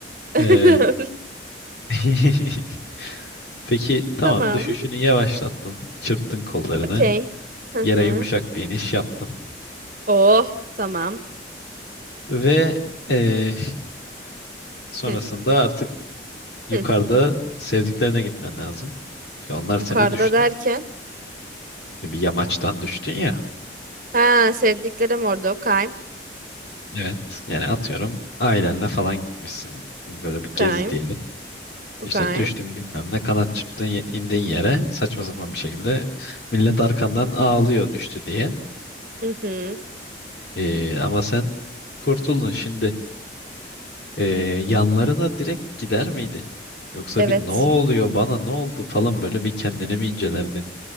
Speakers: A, on the right; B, on the left.
A: <laughs>
B: Ee, <laughs> peki tamam
A: Tamam.
B: düşüşünü yavaşlattın. Çırptın kollarını.
A: Okey. Hı
B: Yere
A: hı.
B: yumuşak bir iniş yaptın.
A: Oh tamam.
B: Ve ee, sonrasında
A: Hı,
B: artık yukarıda
A: hı.
B: sevdiklerine gitmen lazım. İşte onlar
A: Yukarıda
B: seni düştü.
A: derken.
B: Bir yamaçtan düştün ya.
A: Ha sevdiklerim orada. Okey.
B: Evet. Yani atıyorum ailenle falan gitmişsin. Böyle bir
A: Okey.
B: gezi diyelim. İşte
A: Okey.
B: düştün bilmem ne kanat çırptın ye- indin yere saçma sapan bir şekilde millet arkandan ağlıyor düştü diye.
A: Hı hı.
B: Ee, ama sen kurtuldun şimdi. Ee, yanlarına direkt gider miydin? Yoksa
A: Evet.
B: bir ne oluyor bana ne oldu falan böyle bir kendini mi incelerdin?